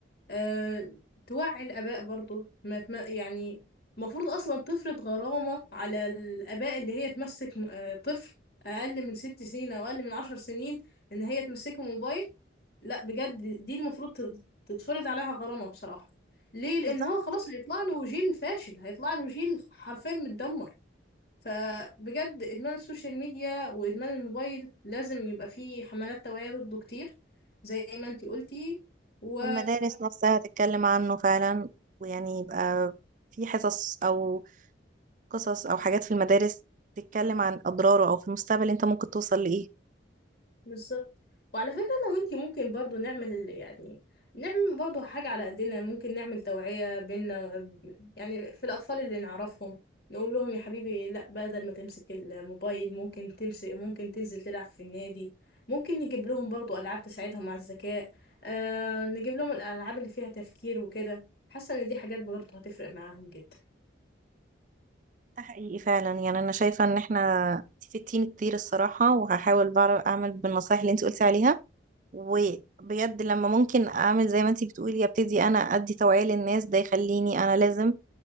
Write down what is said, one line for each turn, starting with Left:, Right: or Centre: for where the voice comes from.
Left: أه توعي الآباء برضو ما تم... يعني المفروض أصلا تفرض غرامة على الآباء اللي هي تمسك م- أه طفل أقل من ست سنين أو أقل من عشر سنين إن هي تمسكه موبايل لا بجد دي المفروض ت- تتفرض عليها غرامة بصراحة ليه؟ لأن
Right: بالظبط
Left: هو خلاص هيطلع له جيل فاشل هيطلع له جيل حرفيا متدمر فبجد إدمان السوشيال ميديا وإدمان الموبايل لازم يبقى فيه حملات توعية ضده كتير زي ما انتي قلتي و
Right: والمدارس نفسها تتكلم عنه فعلا ويعني يبقى في حصص أو قصص أو حاجات في المدارس تتكلم عن أضراره أو في المستقبل أنت ممكن توصل لإيه
Left: بالظبط وعلى فكرة أنا وأنتي ممكن برضو نعمل يعني نعمل برضو حاجة على قدنا ممكن نعمل توعية بينا يعني في الأطفال اللي نعرفهم نقول لهم يا حبيبي لا بدل ما تمسك الموبايل ممكن تمسك ممكن تنزل تلعب في النادي ممكن نجيب لهم برضو ألعاب تساعدهم على الذكاء آه نجيب لهم الألعاب اللي فيها تفكير وكده حاسة إن دي حاجات برضو هتفرق معاهم جدا
Right: ده حقيقي فعلا يعني أنا شايفة إن إحنا إنتي فدتيني كتير الصراحة وهحاول بعرف أعمل بالنصايح اللي أنت قلتي عليها وبجد لما ممكن أعمل زي ما أنت بتقولي أبتدي أنا أدي توعية للناس ده يخليني أنا لازم